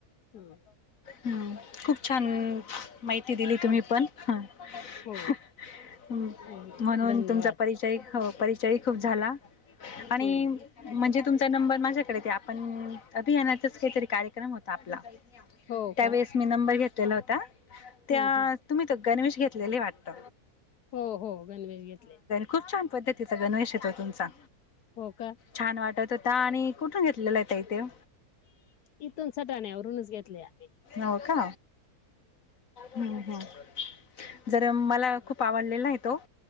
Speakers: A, on the left (about 85°); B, on the left (about 60°).
A: हम
B: हम् खूप छान माहिती दिली तुम्ही
A: हम्म
B: पण हा हम्म,
A: हो हम्म,
B: म्हणून
A: धन्यवाद
B: तुमचा परिचय हो परि चयही खूप झाला आणि
A: हम्म
B: म्हणजे तुमचा नंबर माझ्याकडे ते आपण अभियानातच काहीतरी कार्यक्रम होता आपला
A: हो
B: त्यावेेळेस
A: का
B: मी नंबर घेतलेला होता त्या
A: हा हा
B: तुम्ही ते गणवेश घेतलेले ये वाटत.
A: हो हो गणवेश घेतले.
B: खूप छान पद्धतीचा गणेवेश ये तो तुमचा
A: हो का
B: छान वाटत होता आणि कुठून घेतलेला आहे ताउ त्यो
A: इथून सटाण्या वरूनच घेतल्या.
B: हो का हम्म हम्म कारण खूप आवडला ये तो